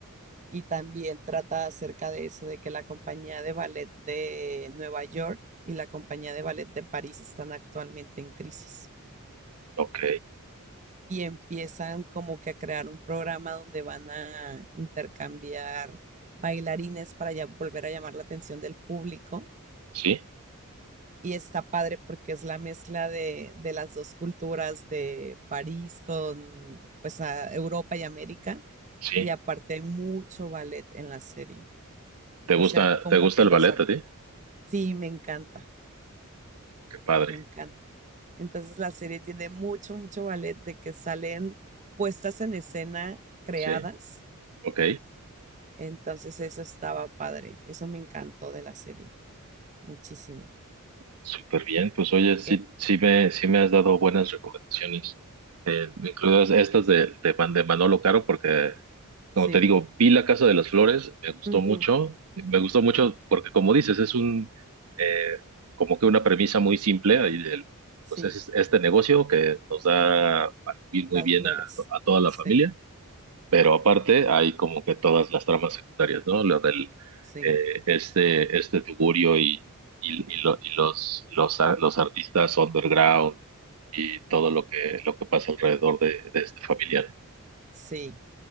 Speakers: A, on the right (about 35°); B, on the right (about 85°).
A: Y también trata acerca de eso, de que la compañía de ballet de Nueva York y la compañía de ballet de París están actualmente en crisis.
B: ok,
A: Y empiezan como que a crear un programa donde van a intercambiar bailarines para ya volver a llamar la atención del público
B: sí,
A: Y está padre porque es la mezcla de, de las dos culturas de París con pues a Europa y América.
B: sí.
A: Y aparte hay mucho ballet en la serie.
B: ¿Te
A: O
B: gusta,
A: sea, como
B: te gusta
A: que
B: el
A: los...
B: ballet
A: ac-
B: a ti?
A: Sí, me encanta,
B: Qué padre,
A: me encanta. Entonces la serie tiene mucho, mucho ballet de que salen puestas en escena creadas.
B: sí, ok,
A: Entonces eso estaba padre. Eso me encantó de la serie. Muchísimo.
B: súper bien. Pues oye, sí,
A: Eh,
B: sí me, sí me has dado buenas recomendaciones, incluidas estas de, de Man- de Manolo Caro, porque Como
A: sí,
B: te digo, vi La Casa de las Flores, me gustó
A: ujú,
B: mucho, me gustó mucho porque como dices, es un, eh, como que una premisa muy simple, ahí del-
A: sí,
B: pues es este negocio que nos da para vivir muy
A: las
B: bien
A: flores.
B: a, to- a toda la
A: Sí,
B: familia, pero aparte hay como que todas las tramas secundarias, ¿no? Lo del,
A: sí.
B: eh, este, este tugurio y, y, y lo- y los, los, a- los artistas underground y todo lo que, lo que pasa alrededor de, de este familiar.
A: Sí,